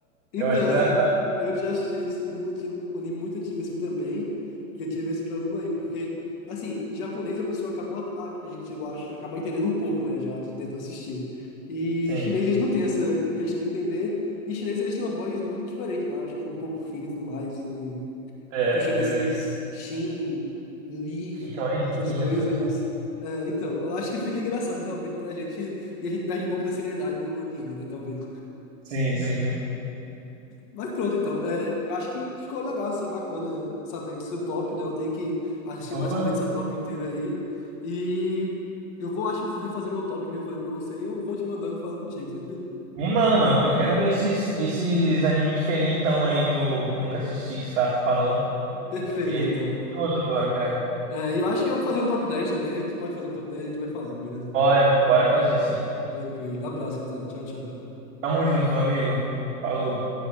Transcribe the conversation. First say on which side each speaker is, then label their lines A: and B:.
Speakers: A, on the left (about 30°); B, on the right (about 55°).
A: Então,
B: Eu acho engraçado.
A: é, eu já assisti isso, um anti- um anime muito antigo assim também, que eu tive esse problema aí, porque, assim, japonês a pessoa acabou, a, a gente, eu acho, acaba entendendo um pouco, né, já de tanto assistir. E
B: Sim,
A: chinês eles não têm essa questão de entender, e chinês eles têm uma voz muito diferente, eu acho que é um pouco fina e tudo mais,
B: é,
A: e puxando
B: é
A: esses
B: bem
A: Shin, Lee,
B: Quinhões, sim,
A: essas
B: quinhentões,
A: coisas.
B: tá?
A: É, então, eu acho que fica engraçado realmente pra gente, e a gente perde um pouco da seriedade do anime, né, talvez.
B: Sim, sim, sim.
A: Mas pronto, então, é, eu acho que ficou legal, assim, bacana saber do seu top, né, eu tenho que assistir
B: Opa.
A: basicamente seu top inteiro aí, e eu vou, acho, refazer meu top, que nem eu falei pra você, e eu vou te mandando e falando contigo, tranquilo?
B: Me manda, mano, porque eu quero ver esses, esses anime diferentão aí que eu, que eu nunca assisti, que você tá falando.
A: <laughs> Perfeito,
B: E
A: então.
B: fico curioso agora, cara.
A: É, e eu acho que eu vou fazer um top 10 também, aí tu pode fazer um top 10, e a gente vai falando, beleza?
B: Bora, bora fazer, sim.
A: Tranquilo, abraço então, tchau, tchau.
B: Tamo junto, meu amigo. Falou.